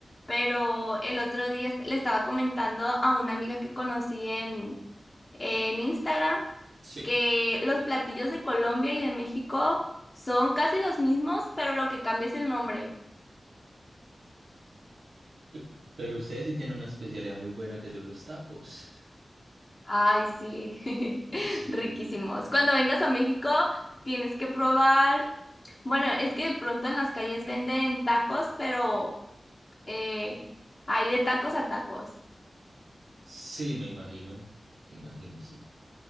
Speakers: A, on the left; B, on the right.
A: pero el otro día est- le estaba comentando a una amiga que conocí en, en Instagram
B: Sí.
A: que los platillos de Colombia y de México son casi los mismos, pero lo que cambia es el nombre.
B: Pe- Pero ustedes sí tienen una especialidad muy buena que son los tacos.
A: Ay, sí, <laughs>
B: Sí,
A: riquísimos. Cuando vengas a México, tienes que probar. Bueno, es que de pronto en las calles venden tacos, pero eh, hay de tacos a tacos.
B: sí, me imagino, me imagino, sí.